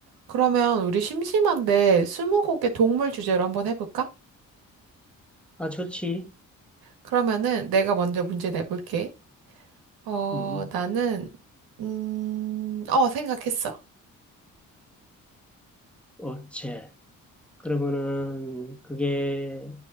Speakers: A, on the right; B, in the centre.
A: 그러면 우리 심심한데 스무고개 동물 주제로 한번 해볼까?
B: 아, 좋지.
A: 그러면은 내가 먼저 문제 내볼게. 어,
B: 음,
A: 나는, 음, 어, 생각했어.
B: 어체. 그러면은, 그게,